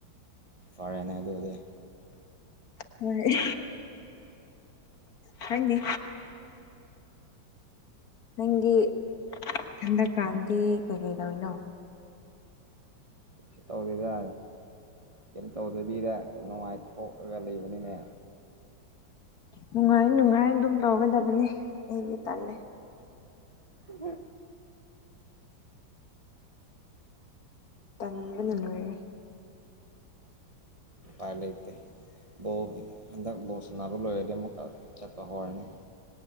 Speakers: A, on the right; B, on the left.
A: ꯐꯔꯦꯅꯦ ꯑꯗꯨꯗꯤ
B: ꯍꯣꯢ ꯈꯪꯗꯦ ꯅꯪꯗꯤ ꯍꯟꯗꯛ ꯀꯥꯟꯗꯤ ꯀꯩ ꯀꯩꯗꯧꯔꯤꯅꯣ
A: ꯀꯩꯁꯨ ꯇꯧꯗꯦꯗ ꯀꯩꯝ ꯇꯧꯗꯕꯤꯗ ꯅꯨꯡꯉꯥꯏꯊꯣꯛꯂꯒ ꯂꯩꯕꯅꯤꯅꯦ
B: ꯅꯨꯡꯉꯥꯏ ꯅꯨꯡꯉꯥꯏ ꯑꯗꯨꯝ ꯇꯧꯒꯗꯕꯅꯤ ꯑꯩꯒꯤ ꯇꯜꯂꯦ
A: ꯍ
B: ꯇꯟꯕꯅ ꯂꯣꯏꯔꯦ
A: ꯎꯄꯥꯏ ꯂꯩꯇꯦ ꯕꫭꯜ ꯍꯟꯗꯛ ꯕꫭꯜ ꯁꯥꯟꯅꯕ ꯂꯣꯏꯔꯗꯤ ꯑꯃꯨꯛꯀꯥ ꯆꯠꯄ ꯍꯧꯔꯅꯤ